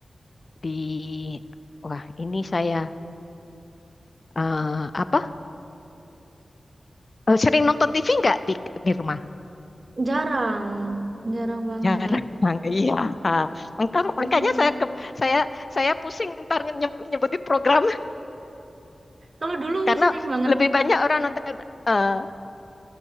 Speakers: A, on the left; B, on the right.
A: di wah ini saya eh, apa eh, sering nonton TV nggak di di rumah?
B: Jarang, jarang banget.
A: Jarang, <laughs> iya. Ah, Maka-
B: Iya.
A: makanya saya ke- saya saya pusing ntar nyeb- nyebutin program
B: Kalau
A: <laughs>
B: dulu
A: karena
B: sering banget,
A: lebih banyak orang nonton eh,